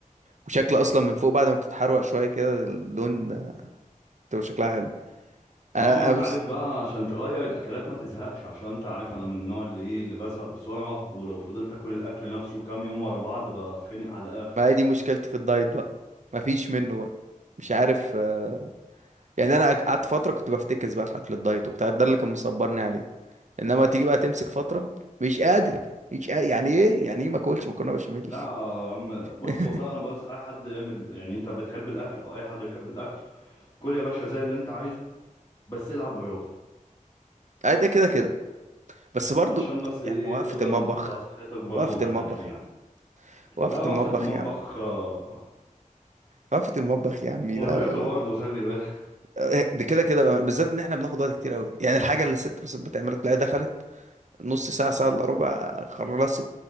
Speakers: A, on the right; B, on the left.
A: وشكل اصلا من فوق بعد ما بتتحروق شويه كده اللون آه، بتبقى شكلها حلو انا
B: اه ما انت
A: ابص
B: عارف بقى عشان تغير الاكلات ما تزهقش عشان انت عارف انا من النوع اللي ايه اللي بزهق بسرعه ولو فضلت اكل الاكل نفسه كام يوم ورا بعض بتخنق على الاخر
A: ما هي دي مشكلتي في الدايت بقى مفيش منه بقى مش عارف آه، يعني انا قعدت فتره كنت بفتكس بقى في اكل الدايت وبتاع ده اللي كان مصبرني عليه انما تيجي بقى تمسك فتره مش قادر مش قادر. يعني ايه يعني ايه ما اكلش مكرونه بشاميل
B: لا يا عم بص
A: <laughs>
B: والله انا بنصح اي حد يعمل يعني انت بتحب الاكل او اي حد يحب الاكل كل يا باشا زي اللي انت عايزه بس العب رياضه
A: آه، ده كده كده بس برضو
B: عشان بس ايه
A: يعني وقفه
B: تفضل
A: المطبخ
B: محافظ على صحتك برضو
A: وقفه
B: مع
A: المطبخ
B: الاكل يعني
A: يا عم وقفه
B: لا وقفه
A: المطبخ
B: المطبخ
A: يا عم
B: آه،
A: وقفه المطبخ يا عمي
B: مرهقه
A: لا لا لا
B: برضو خلي بالك
A: آه، دي كده كده بقى، بالذات ان احنا بناخد وقت كتير قوي يعني الحاجه اللي الست بس بتعملها تلاقيها دخلت نص ساعه ساعه الا ربع خلصت